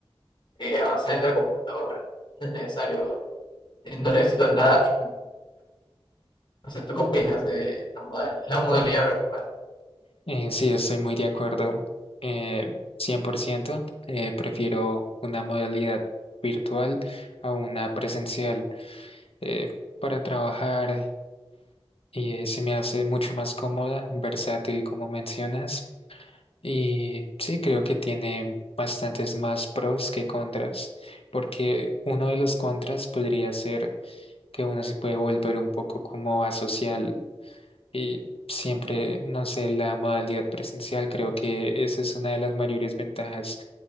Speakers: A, on the left; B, on the left.
A: eh, avanzar en la computadora. No es necesario, eh, no necesito nada que o sea, ¿tú qué opinas de la modal- la modalidad virtual?
B: Eh, sí, estoy muy de acuerdo. Eh, 100%, eh, prefiero una modalidad virtual a una presencial eh, para trabajar y eh, se me hace mucho más cómoda, versátil como mencionas, y sí creo que tiene bastantes más pros que contras, porque uno de los contras podría ser que uno se puede volver un poco como asocial y siempre, no sé, la modalidad presencial, creo que esa es una de las mayores ventajas,